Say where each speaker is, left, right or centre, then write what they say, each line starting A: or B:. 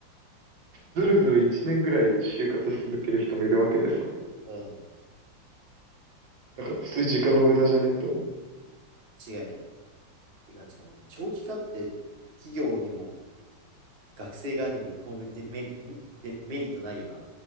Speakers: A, on the right (about 70°); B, on the right (about 35°).
A: ずるずる1年ぐらい就活し続ける人もいるわけでさ、
B: うん、
A: なんか普通に時間の無駄じゃねって思
B: 違いない。てか、その長期化って企業にも学生側にも一個もデメリ、んでメリットないよな。